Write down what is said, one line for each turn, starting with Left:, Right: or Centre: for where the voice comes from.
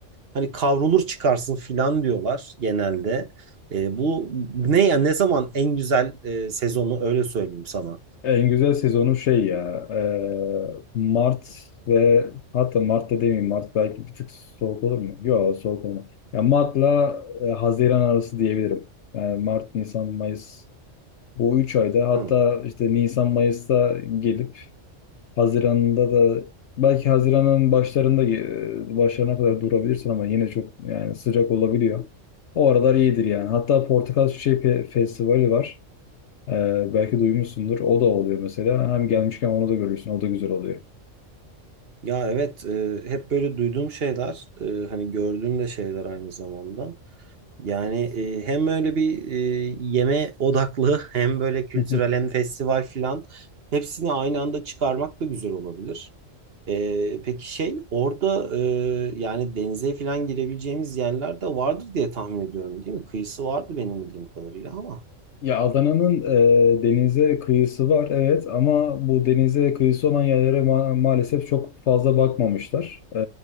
Right: hani kavrulur çıkarsın filan diyorlar genelde. E, bu ne ya ne zaman en güzel e, sezonu öyle söyleyeyim sana.
Left: En güzel sezonu şey ya e, Mart ve hatta Mart'ta demeyeyim Mart belki bir tık soğuk olur mu? Yok soğuk olmaz. Ya Mart'la e, Haziran arası diyebilirim. Yani Mart, Nisan, Mayıs bu üç ayda hatta
Right: Hı.
Left: işte Nisan, Mayıs'ta gelip Haziran'da da belki Haziran'ın başlarında ge- e, başlarına kadar durabilirsin ama yine çok yani sıcak olabiliyor. O aralar iyidir yani. Hatta Portakal Çiçeği Fe- Festivali var. Ee, belki duymuşsundur. O da oluyor mesela. Hem gelmişken onu da görürsün. O da güzel oluyor.
Right: Ya evet e, hep böyle duyduğum şeyler e, hani gördüğüm de şeyler aynı zamanda. Yani e, hem öyle bir e, yeme odaklı <laughs> hem böyle kültürel
Left: <laughs>
Right: hem festival filan hepsini aynı anda çıkarmak da güzel olabilir. E, peki şey orada e, yani denize filan girebileceğimiz yerler de vardır diye tahmin ediyorum değil mi? Kıyısı vardı benim bildiğim kadarıyla ama
Left: Ya Adana'nın e, denize kıyısı var evet ama bu denize kıyısı olan yerlere ma- maalesef çok fazla bakmamışlar. E,